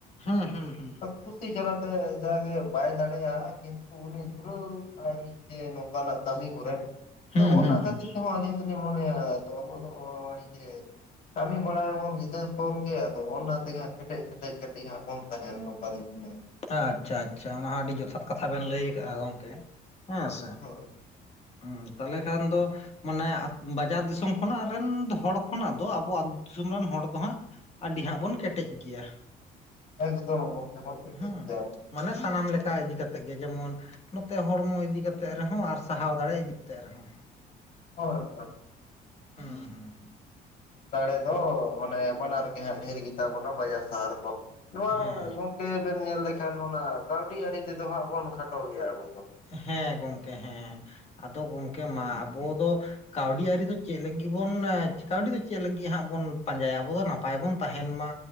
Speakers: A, on the left; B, on the left.
A: ᱦᱩᱸ, ᱦᱩᱸ, ᱦᱩᱸ᱾
B: ᱠᱩᱥᱤ ᱡᱟᱞᱟᱛᱮ ᱡᱟᱜᱮ ᱵᱟᱭ ᱫᱟᱲᱮᱭᱟᱜᱼᱟ, ᱠᱤᱱᱛᱩ ᱩᱱᱤ ᱫᱷᱩᱨᱟᱹᱣ ᱟᱭ ᱡᱮ ᱱᱚᱝᱠᱟᱱᱟᱜ ᱠᱟᱹᱢᱤ ᱠᱚᱨᱮ᱾
A: ᱦᱩᱸ
B: ᱛᱚ ᱚᱱᱟ
A: ᱦᱩᱸ
B: ᱠᱷᱟᱹᱛᱤᱨ
A: ᱦᱩᱸ
B: ᱛᱮᱦᱚᱸ, ᱟᱹᱞᱤᱧ ᱫᱚᱞᱤᱧ ᱢᱚᱱᱮᱭᱟ ᱟᱫᱚ ᱟᱵᱚ ᱫᱚ ᱱᱚᱜᱼᱜ ᱚᱭ ᱡᱮ ᱠᱟᱹᱢᱤ ᱵᱟᱲᱟᱭᱟᱵᱚᱱ ᱜᱤᱫᱟᱹᱨ ᱠᱷᱚᱱ ᱜᱮ, ᱟᱫᱚ ᱚᱱᱟ ᱛᱮᱜᱮ ᱟᱸᱜ ᱠᱮᱴᱮᱡ ᱥᱮᱴᱮᱡ ᱠᱟᱹᱴᱤᱡ ᱦᱟᱸᱜ ᱵᱚᱱ ᱛᱟᱦᱮᱱ ᱱᱚᱝᱠᱟ ᱫᱤᱱ ᱜᱮ ᱵᱚᱞᱮ, <unintelligible>
A: ᱟᱪᱪᱷᱟ ᱟᱪᱪᱷᱟ ᱚᱱᱟ ᱦᱚᱸ ᱟᱹᱰᱤ ᱡᱚᱛᱷᱟᱛ ᱠᱟᱛᱷᱟ ᱵᱮᱱ ᱞᱟᱹᱭ ᱠᱟᱜᱼᱟ, ᱜᱚᱝᱠᱮ ᱦᱮᱸ ᱥᱮ᱾
B: ᱦᱳᱭ
A: ᱦᱩᱸ ᱛᱟᱞᱦᱮ ᱠᱷᱟᱱ ᱫᱚ ᱢᱟᱱᱮ ᱵᱟᱡᱟᱨ ᱫᱤᱥᱚᱢ ᱠᱷᱚᱱᱟᱜ ᱨᱮᱱ ᱦᱚᱲ ᱠᱷᱚᱱᱟᱜ ᱫᱚ, ᱟᱵᱚ ᱟᱹᱛᱩ ᱫᱤᱥᱚᱢ ᱨᱮᱱ ᱦᱚᱲ ᱫᱚ ᱦᱟᱸᱜ ᱟᱹᱰᱤ ᱦᱟᱸᱜ ᱵᱚᱱ ᱠᱮᱴᱮᱡ ᱜᱮᱭᱟ᱾
B: ᱮᱠᱫᱚᱢ ᱜᱚᱢᱠᱮ ᱵᱚᱱ ᱠᱮᱴᱮᱡ
A: ᱦᱩ
B: ᱜᱮᱭᱟ ᱟᱵᱚ ᱫᱚ᱾
A: ᱢᱟᱱᱮ ᱥᱟᱱᱟᱢ ᱞᱮᱠᱟ ᱤᱫᱤ ᱠᱟᱛᱮᱜ ᱜᱮ ᱡᱮᱢᱚᱱ ᱱᱚᱛᱮ ᱦᱚᱲᱢᱚ ᱤᱫᱤ ᱠᱟᱛᱮᱜ ᱨᱮᱦᱚᱸ ᱟᱨ, ᱥᱟᱦᱟᱣ ᱫᱟᱲᱮ ᱤᱫᱤ ᱠᱟᱛᱮᱜ ᱨᱮᱦᱚᱸ᱾
B: ᱦᱳᱭ, ᱦᱳᱭ᱾
A: ᱦᱩᱸ, ᱦᱩᱸ, ᱦᱩᱸ᱾
B: ᱫᱟᱲᱮ ᱫᱚ ᱢᱟᱱᱮ ᱵᱟᱱᱟᱨ ᱜᱮ ᱦᱟᱸᱜ ᱰᱷᱮᱨ ᱜᱮᱛᱟ ᱵᱚᱱᱟ, ᱵᱟᱡᱟᱨ ᱥᱟᱦᱟᱨ ᱠᱚ ᱱᱚᱣᱟ
A: ᱦᱮᱸ
B: ᱠᱮ ᱵᱮᱱ ᱧᱮᱞ ᱞᱮᱠᱷᱟᱱ ᱚᱱᱟ ᱠᱟᱹᱣᱰᱤ ᱟᱹᱨᱤ ᱛᱮᱫᱚ, ᱦᱟᱸᱜ ᱵᱚᱱ ᱠᱷᱟᱴᱚ ᱜᱮᱭᱟ ᱟᱵᱚ ᱫᱚ᱾
A: ᱦᱮᱸ ᱜᱚᱝᱠᱮ ᱦᱮᱸ ᱟᱫᱚ ᱜᱚᱢᱠᱮ ᱢᱟ ᱟᱵᱚ ᱫᱚ ᱠᱟᱹᱣᱰᱤ ᱟᱹᱨᱤ ᱫᱚ ᱪᱮᱫ ᱞᱟᱹᱜᱤᱫ ᱵᱚᱱ ᱠᱟᱹᱣᱰᱤ ᱟᱨᱤ ᱫᱚ ᱪᱮᱫ ᱞᱟᱹᱜᱤᱫ ᱵᱚᱱ ᱠᱟᱹᱣᱰᱤ ᱫᱚ ᱪᱮᱫ ᱞᱟᱹᱜᱤᱫ ᱦᱟᱸᱜ, ᱵᱚᱱ ᱯᱟᱸᱡᱟᱭᱟ ᱟᱵᱚᱫ ᱫᱚ ᱱᱟᱯᱟᱭ ᱵᱚᱱ ᱛᱟᱦᱮᱱ ᱢᱟ